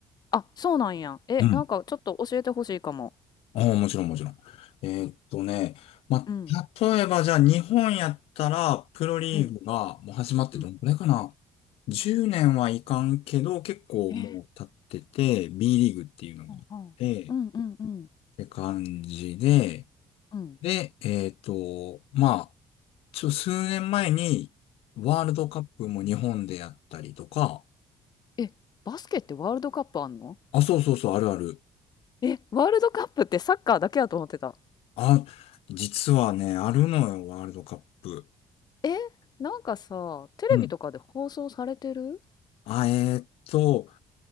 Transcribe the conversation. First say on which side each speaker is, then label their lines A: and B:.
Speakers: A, on the left; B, on the left.
A: あ、そうなんや。え、
B: うん。
A: なんかちょっと教えてほしいかも。
B: ああもちろんもちろん。えーっとね、まあ、
A: うん、
B: 例えばじゃあ日本やったら、プロリーグがもう始まってどんくらいかな
A: うん、うん。
B: ?10 年はいかんけど、結構もう経ってて、
A: え、
B: B リーグっていうのがあって、
A: うんうんうんうん
B: って感じで、
A: うんうん
B: で、えーっと、まあ、ちょ、数年前に、ワールドカップも日本でやったりとか、
A: え、バスケってワールドカップあんの
B: あ、そうそうそう、あるある。
A: え、ワールドカップってサッカーだけやと思ってた。
B: あ、実はね、あるのよ、ワールドカップ。
A: え、なんかさ、テレビとかで放送されてる
B: うん。あ、えーっと、